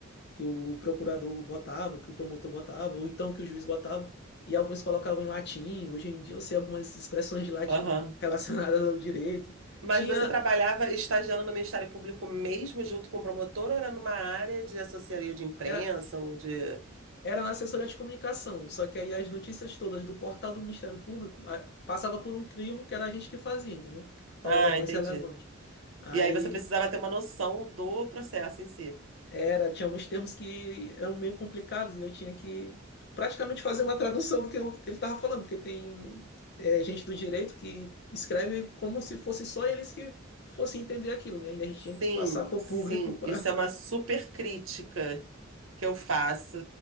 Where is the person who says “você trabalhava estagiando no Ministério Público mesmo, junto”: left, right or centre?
Right